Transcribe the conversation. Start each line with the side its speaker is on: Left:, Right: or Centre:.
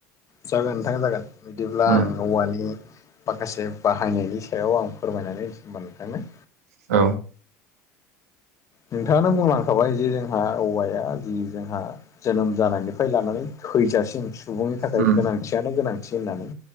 Left: जागोन नोंथां जागोन बिदिब्ला
Right: उम
Left: आं औवानि माखासे बाहायनायनि सायाव आं फोरमायनानै ओमबा नोंथांनो
Right: औ
Left: नोंथाङानो बुंलांखाबाय जे जोंहा औवाया जि जोंहा जोनोम जानायनिफ्राय लानानै थैजासिम सुबुंनि थाखाय
Right: उम
Left: गोनांथियानो गोनांथि होननानै